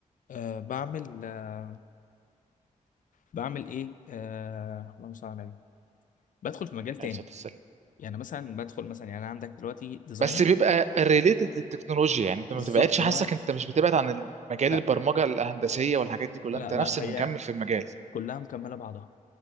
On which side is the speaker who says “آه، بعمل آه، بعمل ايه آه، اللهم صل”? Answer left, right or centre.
Left